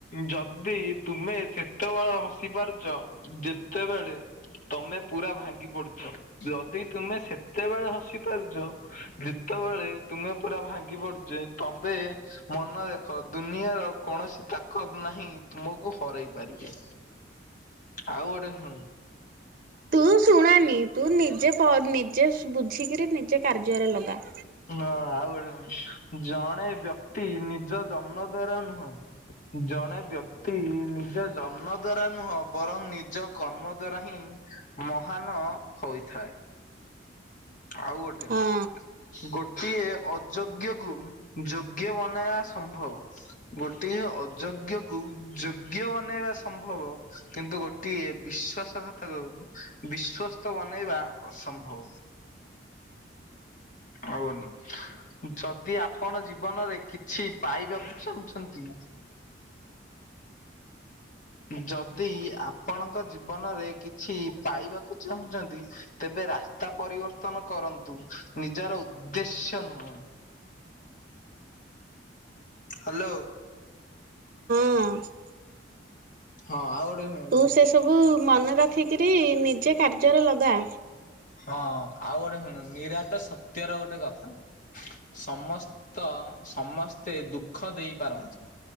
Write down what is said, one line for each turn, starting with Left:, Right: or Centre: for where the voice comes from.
Left: ଯଦି ତୁମେ ସେତେବେଳେ ହସି ପାରୁଛ ଯେତେବେଳେ ତମେ ପୁରା ଭାଙ୍ଗି ପଡୁଛ ଯଦି ତୁମେ ସେତେବେଳେ ହସି ପାରୁଛ ଯେତେବେଳେ ତୁମେ ପୁରା ଭାଙ୍ଗି ପଡୁଛ ତମେ ମନ ଦେଖ ଦୁନିଆର କୌଣସି ତାକତ ନାହିଁ ତୁମକୁ ହରାଇ ପାରିବ। ଆଉ ଗୋଟେ ହୁଁ
Right: ତୁ ଶୁଣାନି ତୁ ନିଜେ ନିଜେ ବୁଝିକରି ନିଜେ କାର୍ଯ୍ୟରେ ଲଗା।
Left: ହଁ ଆଉ ଗୋଟେ ଜଣେ ବ୍ୟକ୍ତି ନିଜ ଜନ୍ନ ଦ୍ବାର ନୁହଁ ଜଣେ ବ୍ୟକ୍ତି ନିଜ ଜନ୍ମ ଦ୍ଵାରା ନୁହଁ ବରଂ ନିଜ କର୍ମ ଦ୍ଵାରା ହିଁ ମହାନ ହୋଇଥାଏ। ଆଉ ଗୋଟେ
Right: ହଁ
Left: ଗୋଟିଏ ଅ ଯୋଗ୍ୟକୁ ଯୋଗ୍ୟ ବନେଇବା ସମ୍ଭବ। ଗୋଟିଏ ଅଯୋଗ୍ୟକୁ ଯୋଗ୍ୟ ବନେଇବା ସମ୍ଭବ କିନ୍ତୁ ଗୋ ଟିଏ ବିଶ୍ଵାସଘାତକ କୁବିଶ୍ଵସ୍ତ ବନେଇବା ଅସମ୍ଭବ। ଆଉ <unintelligible> ଯଦି ଆପଣ ଜୀବନରେ କିଛି ପାଇବାକୁ ଚାହୁଁଛନ୍ତି ଯଦି ଆପଣଙ୍କ ଜୀବନରେ କିଛି ପାଇବାକୁ ଚାହୁଁଛନ୍ତି ତେବେ ରାସ୍ତା ପରିବ ର୍ତ୍ତନ କରନ୍ତୁ ନିଜର ଉଦ୍ଦେଶ୍ୟ ନୁହଁ। ହ୍ୟାଲୋ।
Right: ହଁ।
Left: ହଁ ଆଉ ଗୋଟେ ଶୁ
Right: ତୁ ସେସବୁ ମନେ ରଖିକିରି ନିଜେ କାର୍ଯ୍ୟରେ ଲଗା।
Left: ହଁ ଆଉ ଗୋଟେ ଶୁଣ ନିରାଟ ସତ୍ୟର ଗୋଟେ କଥା। ସମସ୍ତ ସମସ୍ତେ ଦୁଃଖ ଦେଇପାରନ୍ତି।